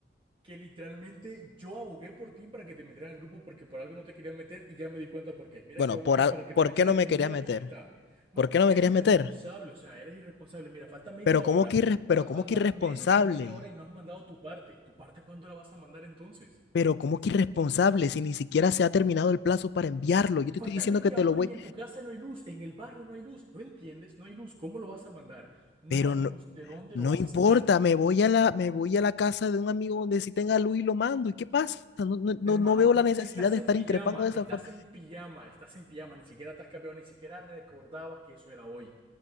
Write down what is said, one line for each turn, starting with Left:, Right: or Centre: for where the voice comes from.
Right: que literalmente yo abogué por ti para que te metieran al grupo porque por algo no te querían meter y ya me di cuenta por qué. Mira
Left: bueno,
Right: que yo abogué
Left: por, al-
Right: para que te
Left: ¿por
Right: metieran
Left: qué no me
Right: y
Left: querías
Right: mira
Left: meter?
Right: cómo está. Man,
Left: ¿Por
Right: porque
Left: qué no me
Right: eres
Left: querías
Right: irresponsable,
Left: meter?
Right: o sea, eres irresponsable. Mira, falta media
Left: Pero ¿cómo
Right: hora.
Left: que irres- pero
Right: Ahora
Left: cómo
Right: falta
Left: que irresponsable?
Right: menos que media hora y no has mandado tu parte. ¿Tu parte cuándo la vas a mandar entonces?
Left: Pero ¿cómo que irresponsable si ni siquiera se ha terminado el plazo para enviarlo? Yo te
Right: Falta
Left: estoy diciendo
Right: media
Left: que te
Right: hora
Left: lo voy,
Right: y en tu casa no hay luz, en el barrio no hay luz. ¿No entiendes? No hay luz. ¿Cómo lo vas a mandar? No
Left: pero
Right: hay
Left: no,
Right: luz. ¿De dónde
Left: no
Right: lo vas
Left: importa,
Right: a sacar?
Left: me voy a la, me voy a la casa de un amigo donde sí tenga luz y lo mando. ¿Y qué pasa? No, no, no,
Right: Hermano,
Left: no veo la necesidad
Right: estás
Left: de
Right: en
Left: estar
Right: pijama,
Left: increpando de esa
Right: estás
Left: forma.
Right: en pijama, estás en pijama, ni siquiera te has cambiado, ni siquiera recordabas que eso era hoy.